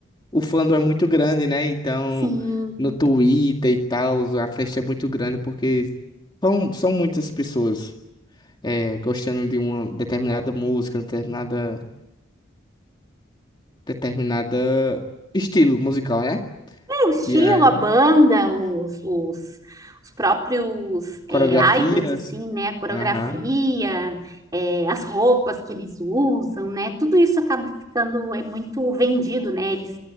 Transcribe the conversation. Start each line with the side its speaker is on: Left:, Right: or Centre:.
Left: O fandom é muito grande, né? Então,
Right: Sim.
Left: no Twitter e tal, a festa é muito grande porque são, são muitas pessoas é, gostando de uma determinada música, determinada, determinada estilo musical, né?
Right: É, o estilo,
Left: E aí,
Right: a banda, os, os, os próprios é,
Left: coreografias?
Right: idols, assim, né? A coreografia,
Left: Aham.
Right: é, as roupas que eles usam, né? Tudo isso acaba ficando é, muito vendido, né? Eles,